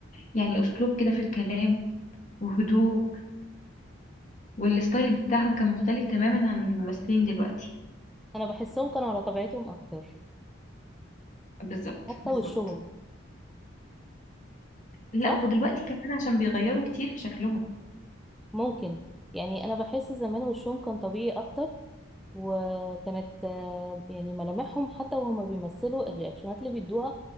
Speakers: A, on the left (about 35°); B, in the centre.
A: يعني اسلوب كده في الكلام وهدوء والستايل بتاعهم كان مختلف تماما عن الممثلين دلوقتي
B: أنا بحسهم كانوا على طبيعتهم أكتر
A: بالظبط
B: حتى
A: بالظبط
B: وشهم
A: لا
B: صح؟
A: ودلوقتي كمان عشان بيغيروا كتير في شكلهم
B: ممكن يعني أنا بحس زمان وشهم كان طبيعي أكتر وكانت آه، يعني ملامحهم حتى وهما بيمثلوا الرياكشنات اللي بيدوها